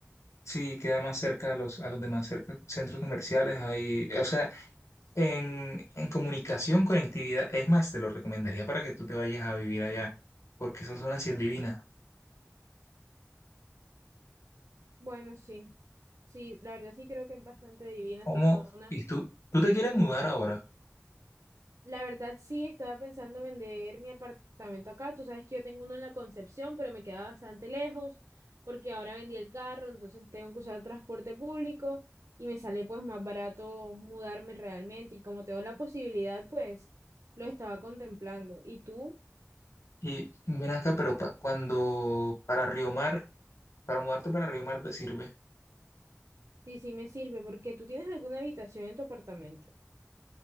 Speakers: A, on the left; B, on the right.
A: Sí, queda más cerca a los, a los demás cerca- centros comerciales. Ahí, o sea, en, en comunicación, conectividad, es más, te lo recomendaría para que tú te vayas a vivir allá, porque esa zona sí es divina.
B: Bueno, sí, sí, la verdad sí creo que es bastante divina
A: ¿Cómo?
B: esa zona.
A: Y tú, tú te quieres mudar ahora.
B: La verdad sí estaba pensando vender mi apartamento acá. Tú sabes que yo tengo uno en la Concepción, pero me queda bastante lejos porque ahora vendí el carro, entonces tengo que usar transporte público y me sale pues más barato mudarme realmente. Y como tengo la posibilidad, pues lo estaba contemplando. ¿Y tú?
A: Y ven acá, pero pa- cuando para Río Mar, para mudarte para Río Mar te sirve.
B: Sí, sí me sirve porque tú tienes alguna habitación en tu apartamento.